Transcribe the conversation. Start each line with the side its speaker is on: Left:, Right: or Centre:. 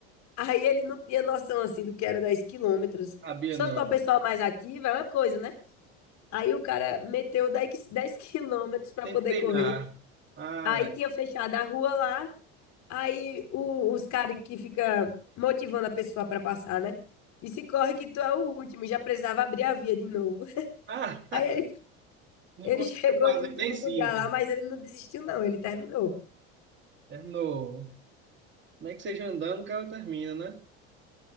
Left: Aí ele não tinha noção assim do que era 10 quilômetros.
Right: sabia
Left: Se
Right: não.
Left: fosse pra uma pessoa mais ativa, é uma coisa, né? Aí o cara meteu dez qui- 10 <laughs> quilômetros pra
Right: Nem
Left: poder
Right: treinar.
Left: correr.
Right: Ah,
Left: Aí tinha fechado a rua lá. Aí o- os caras que fica motivando a pessoa pra passar, né? Disse, corre que tu é o último, e já precisava abrir a via de novo. <laughs>
Right: ah,
Left: Aí ele
Right: não
Left: Ele
Right: conseguiu
Left: chegou
Right: fazer
Left: em último
Right: nem cinco.
Left: lugar lá, mas ele não desistiu, não. Ele terminou.
Right: Terminou. Nem que seja andando, o cara termina, né?